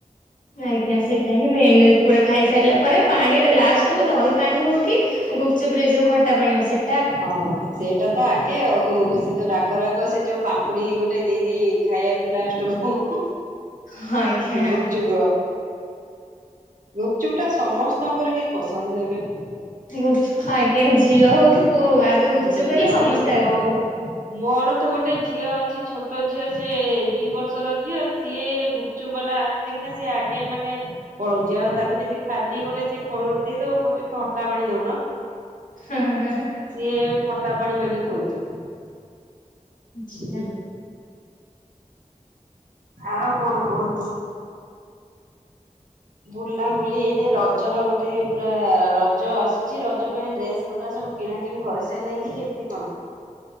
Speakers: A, on the left; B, on the right.
A: ଆଜ୍ଞା ସେଇଟା ହିଁ ମେନ ପୁରା ଖାଇସାରିଲା ପରେ ପାଣି ଟା ଲାଷ୍ଟକୁ ଦହି। ପାଣି ହଉ କି ଗୁପଚୁପ ରେ ଯଉ ଖଟା ପାଣି ହଉ ସେଇ।
B: ହଁ। ସେଇଟା ତ ଆଗେ ଆଉ ସେ ଯୋଉ ରାଗ, ରାଗ ସେ ଯୋଉ ପାମ୍ପୁଡି ଗୋଟେ ଦେଇଦିଏ ଖାଇବାକୁ ଲାଷ୍ଟ କୁ।
A: <unintelligible> ଆଜ୍ଞା
B: ଗୁପ୍ ଚୁପ୍ ର। ଗୁପଚୁପ ଟା ସମସ୍ତଙ୍କର ହିଁ ପସନ୍ଦ ଏବେ।
A: ଗୁପ୍ ଚୁପ୍ ଆଜ୍ଞା ଝିଅ ହଉ କି ପୁଅ ହଉ ଆଗ ଗୁପ୍
B: ଝିଅ
A: ଚୁପ୍ ହେଲେ ସମସ୍ତେ
B: ହଉ କି ପୁଅ
A: ଆଗ।
B: ହଉ ମୋର ତ ଗୋଟେ ଝିଅ ଅଛି ଛୋଟ ଝିଅ ସେ ଦି ବର୍ଷର ଝିଅ ସିଏ ଗୁପ। ଗୁପ୍ ଚୁପ୍ ବାଲା ଆସିକିନା ସିଏ ଆଗେ ମାନେ। ପଳଉଛି ଆଉ ତାକୁ ଯେମିତି ଖାଲି ଗୋଟେ ସେ ଖୋଳରୁ ଦେଇଦବ କହୁଛି ଖଟା ପାଣି ଦଉନ।
A: <unintelligible>
B: ସିଏ ଖଟା ପାଣି ମାଗି ଖାଉଛି।
A: ଆଚ୍ଛା।
B: ହୁଁ ଆଉ କ'ଣ କୁହନ୍ତୁ। ବୁଲା ବୁଲି ଏଇନେ ରଜର ଗୋଟେ ପୁରା ରଜ ଆସୁଛି ରଜ ପାଇଁ ଡ୍ରେସ ପଟା ସବୁ। କିଣାକିଣି କରିସାଇଲେକି କି କେମିତି କ'ଣ।